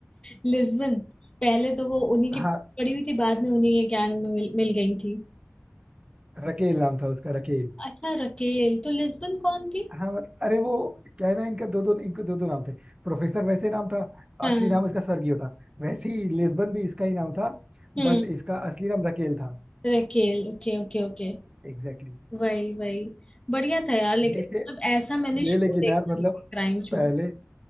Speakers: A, on the left; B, on the right.
A: लिस्बन पहले तो वो उन्हीं की
B: हाँ
A: पड़ी हुई थी बाद में उन्हीं के गैंग में मिल, मिल गई थी
B: रकेल नाम था उसका रकेल
A: अच्छा रकेल तो लिस्बन कौन थी
B: हाँ मत- अरे वो क्या है ना इनका दो दो इनके दो दो नाम थे प्रोफेसर वैसे नाम था
A: हाँ
B: असली नाम इसका सर्गियो था वैसे ही लिस्बन भी इसका ही नाम था
A: हम्म
B: बट इसका असली नाम रकेल था
A: Raquel okay okay okay
B: Exactly
A: वही वही बढ़िया था यार लेकिन
B: exactly.
A: मतलब
B: ये
A: ऐसा मैंने शो
B: ये लेकिन
A: देखा
B: यार मतलब
A: नहीं क्राइम शो
B: पहले